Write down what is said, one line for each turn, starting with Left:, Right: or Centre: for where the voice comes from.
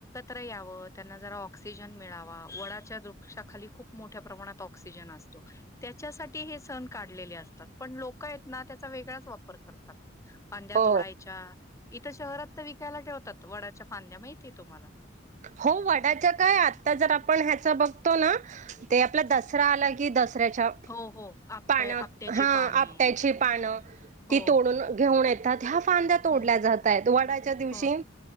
Left: त्रय याव त्यांना जरा ऑक्सिजन मिळावा वडाच्या वृक्षाखाली खूप मोठ्या प्रमाणात ऑक्सिजन असतो. त्याच्यासाठी हे सण काढलेले अस पण लोक आहेत ना त्याचा वेगळाच वापर करतात. फाद्या
Right: हो
Left: तोडायच्या. इथं शहरात तर विकायला ठेवतात वडाच्या फांद्या माहिती आहे तुम्हाला?
Right: हो वडाच्या काय आता जर आपण ह्याच बघ तो ना, ते आपला दसरा आ की दस <unintelligible>
Left: हो हो आपट्या
Right: पान
Left: आपट्याची
Right: हा
Left: पाने
Right: आपट्याची पान,
Left: हो
Right: ती तोडून घेऊन य <unintelligible> फांद्या तोडल्या
Left: हम्म
Right: जात आहेत वडाच्या दिवशी,
Left: हो